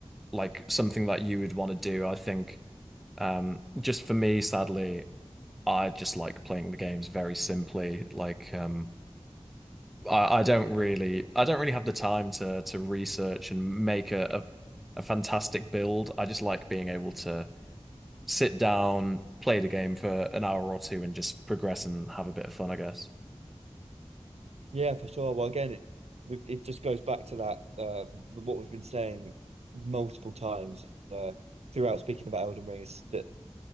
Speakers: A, in the centre; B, on the right (about 75°).
A: like something that you would want to do. I think um, just for me, sadly, I just like playing the games very simply. Like um, I, I don't really, I don't really have the time to to research and make a, a a fantastic build. I just like being able to sit down, play the game for an hour or two and just progress and have a bit of fun, I guess.
B: Yeah, for sure. Well, again, it we- it just goes back to that uh, what we've been saying multiple times uh, throughout speaking about Elden Ring is that